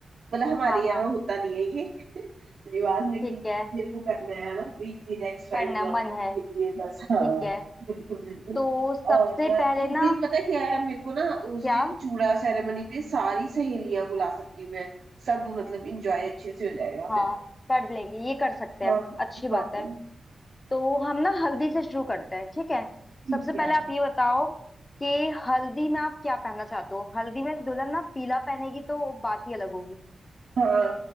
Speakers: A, on the right; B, on the left.
A: मतलब हमारे
B: हाँ
A: यहाँ
B: हाँ
A: होता नहीं है ये <laughs> रिवाज लेकिन
B: ठीक है
A: मेरे को करना है बस एक दिन एक्स्ट्रा
B: करना
A: इंजॉयमेंट
B: मन है
A: के लिए बस
B: ठीक
A: हाँ
B: है
A: बिल्कुल बिल्कुल
B: तो सबसे
A: और अ,
B: पहले
A: उस
B: ना
A: दिन पता क्या है मेरे को ना उस
B: क्या
A: दिन चूड़ा सेरेमनी पे सारी सहेलियां बुला सकती हूँ मैं सब मतलब इंजॉय अच्छे से हो जाएगा
B: हाँ
A: फिर
B: कर लेंगे ये कर सकते
A: हाँ
B: हैं हम
A: हाँ
B: अच्छी बात
A: हाँ,
B: है तो हम ना हल्दी से शुरू करते हैं ठीक है
A: ठीक
B: सबसे पहले
A: है
B: आप ये बताओ कि हल्दी में आप क्या पहनना चाहते हो हल्दी में दुल्हन ना पीला पहनेगी तो बात ही अलग होगी
A: हाँ